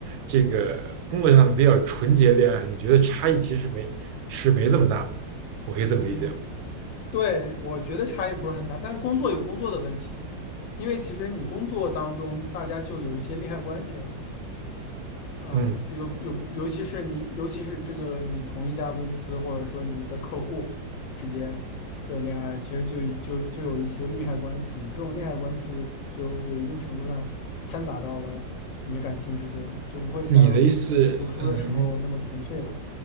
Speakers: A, on the right; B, on the left.
A: 这个工作上比较纯洁恋爱，你觉得差异其实没是没这么大的，我可以这么理解吗？
B: 嗯，对，我觉得差异不是很大，但工作有工作的问题，因为其实你工作当中大家就有一些利害关系了。啊，
A: 嗯，
B: 就有有，尤其是你，尤其是这个你同一家公司或者说你的客户之间的恋爱，其实就就就有一些利害关系，你这种利害关系就也一定程度上掺杂到了你的感情之中，就不会像读书的时候那么纯粹吧？
A: 你的意思，嗯，